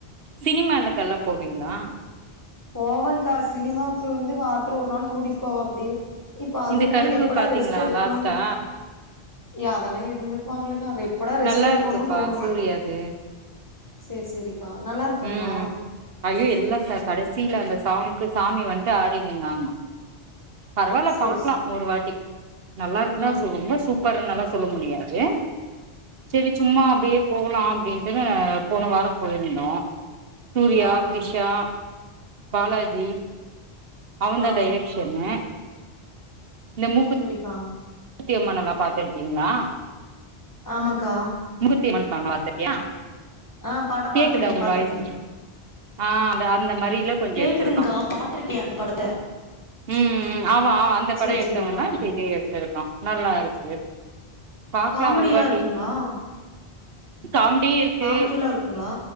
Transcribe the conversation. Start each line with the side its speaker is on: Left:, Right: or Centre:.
Right: சினிமால்கெல்லா போவீங்ளா
Left: போவேகா சினிமாவுக்கு வந்து வாரத்துல ஒரு நாள் கூட்டிட்டு போவாப்டி இப்போ அதுவுமே
Right: இந்த கருப்பு
Left: எப்படா
Right: பாத்தீங்களா
Left: ரெஸ்ட் எடுக்கணு
Right: லாஸ்ட்டா
Left: அதெல்லாம் எதுவுமே பாக்கலக்கா ப்படா ரெஸ்ட்
Right: நல்லா
Left: எடுக்கோணு
Right: இருக்குப்பா
Left: தோணு
Right: <unintelligible>
Left: சேர் சேரிக்கா நல்லா இருக்குங்ளா
Right: ம் ஐயோ எல்லா ச கடசில அந்த சாமிக்கு சாமி வந்துட்டு ஆடினு இந்தாங்க பரவால்ல
Left: சேரி
Right: பாக்கலா
Left: சேரி
Right: ஒரு வாட்டி நல்லா இருக்குன்னா
Left: ஆ
Right: சொ ரொம்ப சூப்பர்னாலா சொல்ல முடியாது சேரி சும்மா அப்டியே போகலா அப்டின்ட்டு போன வார போயிருந்தோ சூரியா
Left: ஆ
Right: த்ரிஷா
Left: ஆ
Right: பாலாஜி அவந்தி
Left: ஆ
Right: டைரெக் ஷன்னு இந்த மூக்குத்
Left: சேரிகா
Right: தி அம்மன்ல்லா பாத்துருக்கீங்ளா
Left: ஆமாக்கா
Right: மூக்குத்தி அம்மன் படம் பாத்ட்டியா
Left: ஆ படோ
Right: கேக்குதா
Left: பாத்திருக்கே
Right: உங்க
Left: பாத்திருக்கே
Right: வாய்சு ஆஹ அந் அந்த மாரில
Left: கேக்குதுங்கா
Right: எடுத்திருக்கா
Left: பாத்ருக்கே அந்த படத்த
Right: உம் உம் ஆமா ஆ அந்த பட
Left: சேரி
Right: எடுத்தவந்தா
Left: சேரிக்கா
Right: இப்ப இது எத்துருக்கா நல்லா இருக்கு பாக்கலா
Left: காமெடியா
Right: ஒரு வாட்டி
Left: இருக்குங்களா
Right: காம்டி க்கு
Left: காமெடியெல்லா இருக்குங்களா